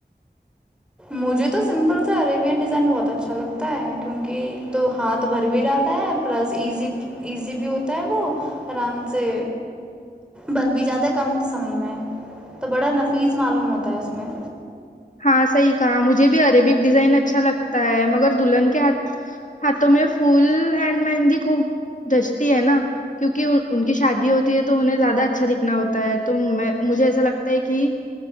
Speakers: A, in the centre; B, on the left.
A: مجھے تو سمپل سے عریبین ڈیزائن بہت اچھا لگتا ہے کیونکہ ایک تو ہاتھ بھر بھی جاتا ہے پلس ایزی ایزی بھی ہوتا ہے وہ آرام سے بن بھی جاتا ہے کم سمے میں تو بڑا نفیس معلوم ہوتا ہے اس میں
B: ہاں صحیح کہا مجھے بھی اربک ڈیزائن اچھا لگتا ہے مگر دلہن کے ہاتھوں میں فل ہینڈ مہندی خوب دجتی ہے نا کیوںکہ ان کی شادی ہوتی ہے تو انہیں زیادہ اچھا دکھنا ہوتا ہے تو مجھے ایسا لگتا ہے کہ